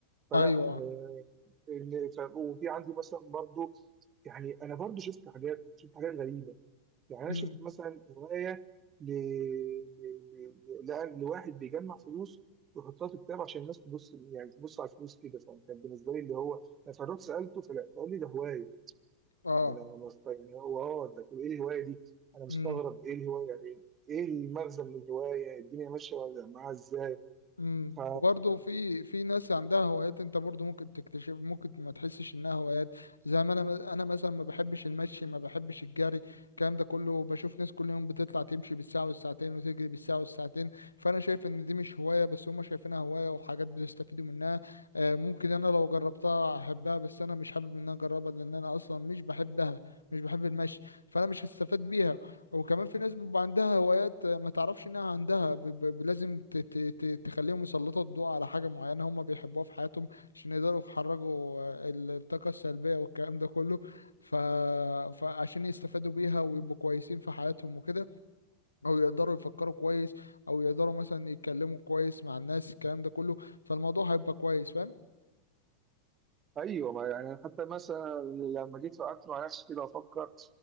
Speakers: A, on the right; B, on the left.
A: فلا
B: ايوه
A: آه، ال- ف- وفي عندي مثلا برضو يعني انا برضو شفت حاجات شفت حاجات غريبه يعني انا
B: امم
A: شفت مثلا هوايه ل... ل... ل... ل... لواحد بيجمع فلوس ويحطها في كتاب عشان الناس تبص يعني تبص على الفلوس كده فكان بالنسبه لي اللي هو انا فرحت سالته فلا فقال لي ده هوايه
B: اه
A: يعني انا أنا مست... يعني هو اه ده طب ايه الهوايه دي؟ انا مستغرب
B: مم.
A: ايه الهوايه يعني ايه المغزى من الهوايه؟ الدنيا ماشيه ولا معاها ازاي؟
B: امم
A: ف
B: وبرضه في في ناس عندها هوايات انت برضه ممكن تكتشف ممكن ما تحسش انها هوايات زي ما انا انا مثلا ما بحبش المشي ما بحبش الجري الكلام ده كله بشوف ناس كل يوم بتطلع تمشي بالساعة والساعتين وتجري بالساعة والساعتين فانا شايف ان دي مش هواية بس هما شايفينها هواية وحاجات بيستفيدوا منها آه، ممكن انا لو جربتها احبها بس انا مش حابب ان انا اجربها لان انا اصلا مش بحبها مش بحب المشي فانا مش هستفاد بيها وكمان في ناس بيبقى عندها هوايات ما تعرفش انها عندها ب... ب... ب- لازم ت... ت... ت... تخليهم يسلطوا الضوء على حاجة معينة هم بيحبوها في حياتهم عشان يقدروا يخرجوا آه، الطاقة السلبية والكلام ده كله ف... فعشان يستفادوا بيها ويبقوا كويسين في حياتهم وكده او يقدروا يفكروا كويس او يقدروا مثلا يتكلموا كويس مع الناس الكلام ده كله فالموضوع هيبقى كويس فاهم
A: ايوه ما يعني حتى مثلا لما جيت قعدت مع نفسي كده افكر